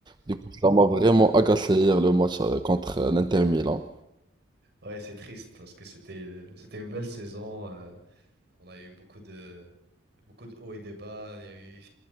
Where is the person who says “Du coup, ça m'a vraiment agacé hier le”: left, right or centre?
Right